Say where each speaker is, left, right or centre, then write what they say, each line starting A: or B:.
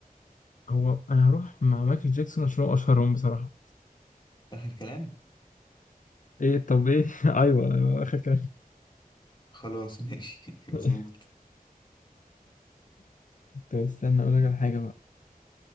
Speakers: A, on the left (about 60°); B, on the left (about 30°).
A: هو انا هروح مع مايكل جاكسون عشان هو اشهرهم بصراحه
B: آخر كلام
A: ايه طب ايه <laughs> ايوه اخر كلام
B: خلاص <laughs> ماشي مظبوط
A: <laughs> طب استنى اقول لك على حاجه بقى